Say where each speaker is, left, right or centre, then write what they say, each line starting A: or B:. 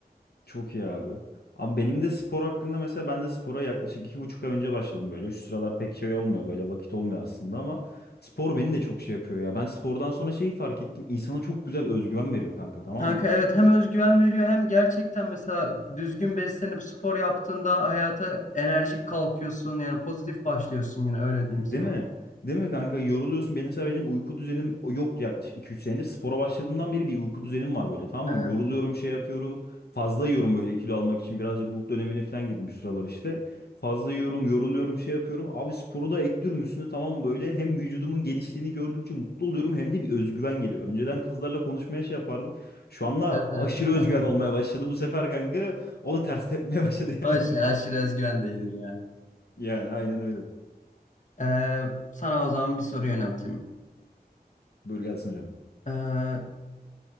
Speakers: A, on the left (about 70°); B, on the left (about 50°).
A: Çok iyi abi. Abi benim de spor hakkında mesela ben de spora yaklaşık iki buçuk ay önce başladım böyle. Şu sıralar pek şey olmuyor böyle vakit olmuyor aslında ama spor beni de çok şey yapıyor ya. Ben spordan sonra şeyi fark ettim. İnsana çok güzel özgüven veriyor kanka tamam
B: Kanka
A: mı?
B: evet hem özgüven veriyor hem gerçekten mesela düzgün beslenip spor yaptığında hayata enerjik kalkıyorsun. Yani pozitif başlıyorsun yine öyle diyeyim
A: Değil
B: sana.
A: mi? Değil mi kanka? Yoruluyorsun. Benim mesela benim uyku düzenim yoktu yaklaşık 2-3 senedir. Spora başladığımdan beri bir uyku düzenim var böyle tamam
B: Evet.
A: mı? Yoruluyorum şey yapıyorum. Fazla yiyorum böyle kilo almak için. Birazcık bulk dönemine falan girdim şu sıralar işte. Fazla yiyorum, yoruluyorum, şey yapıyorum. Abi sporu da ekliyorum üstüne tamam mı? Böyle hem vücudumun geliştiğini gördükçe mutlu oluyorum hem de bir özgüven geliyor. Önceden kızlarla konuşmaya şey yapardım. Şu anda
B: Evet
A: aşırı
B: evet. <laughs>
A: özgüven olmaya başladı bu sefer kanka. O da ters tepmeye başladı
B: O
A: yani.
B: işte
A: <laughs>
B: aşırı özgüven değildir yani.
A: Yani aynen öyle.
B: Ee, sana o zaman bir soru yönelteyim.
A: Buyur gelsin hocam.
B: Ee,